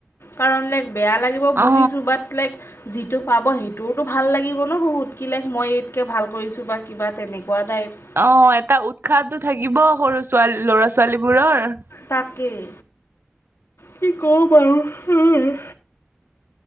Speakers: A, on the left; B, on the right.
A: কাৰণ লাইক, বেয়া লাগিব বুজিছো
B: অ
A: বাত লাইক যিটো পাব সেইটোওতো ভাল লাগিব ন বহুত, কিলে মই ইতকৈ ভাল কৰিছোঁ বা কিবা তেনেকুৱা টাইপ।
B: অ', এটা উৎসাহটো থাকিব সৰু ছোৱালী ল'ৰা ছোৱালীবোৰৰ।
A: তাকেই, কি কম আৰু <unintelligible>